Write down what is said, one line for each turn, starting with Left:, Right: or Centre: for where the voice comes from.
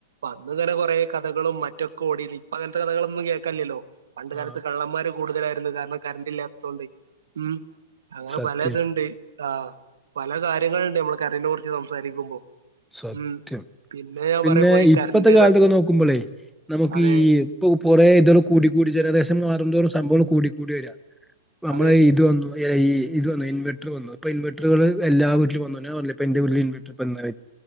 Right: അന്നിങ്ങനെ കൊറേ കഥകളും മറ്റക്കെ ഓടിനി ഇപ്പോ അങ്ങനത്തെ കഥകളൊന്നും കേൾക്കാല്ലല്ലോ പണ്ട് കാലത്ത്
Centre: ആ
Right: കള്ളന്മാര് കൂടുതലായിരുന്നു കാരണം കറന്റ് ഇല്ലാത്തത് കൊണ്ട് ഉം അങ്ങനെ
Centre: സത്യമായിട്ടും
Right: പലതുണ്ട് ആഹ് പല കാര്യങ്ങളുണ്ട് നമ്മള് കറന്റിനെ കുറിച്ച് സംസാരിക്കുമ്പോ
Centre: സത്യം
Right: ഉം പിന്നെ ഞാൻ
Centre: പിന്നെ
Right: പറയുമ്പോ ഈ
Centre: ഇപ്പത്തെ
Right: കറന്റ്
Centre: കാലത്തൊക്കെ
Right: ഇതൊക്കെ
Centre: നോക്കുമ്പോളേ നമുക്ക്
Right: അതെ
Centre: ഈ ഇപ്പൊ കുറേ ഇതോള് കൂടിക്കൂടി ജനറേഷൻ മാറും തോറും സംഭവം കൂടിക്കൂടി വര നമ്മളെ
Right: അതെ
Centre: ഇത് വന്നു എ ഐ ഇത് വന്നു ഇൻവട്ടർ വന്നു ഇപ്പോ ഇൻവട്ടറുകൾ എല്ലാ വീട്ടിലും വന്നു ഞാൻ പറഞ്ഞില്ലേ എന്റെ വീട്ടില് ഇൻവട്ടർ ഇപ്പോ ഇന്ന്